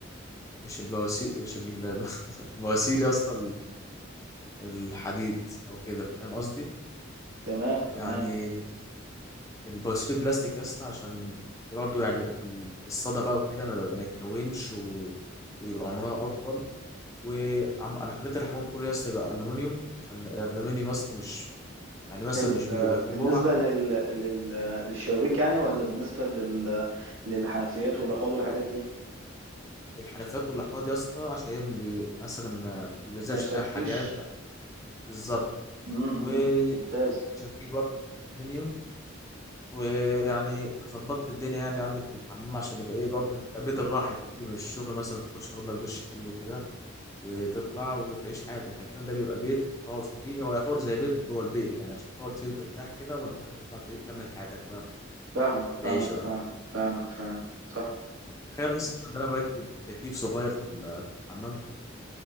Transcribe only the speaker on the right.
تمام
تمام
ال...
بالنسبة
لل... لل... للشبابيك يعني ولا بالنسبة لل... للحنفيات والأحواض والحاجات دي
ما يصديش
مم،
مم. ممتاز
فاهمك
فاهمك
فاهم فاهمك فاهم صح